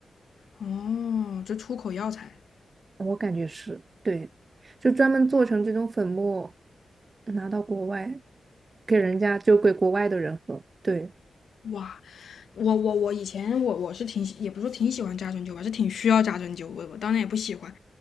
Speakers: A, on the left (about 85°); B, on the right (about 35°).
A: 哦，这出口药材。
B: 我感觉是，对，就专门做成这种粉末，拿到国外给人家就给国外的人喝。对
A: 哇，我我我以前我我是挺喜也不是说挺喜欢扎针灸吧，是挺需要扎针灸，我我当然也不喜欢。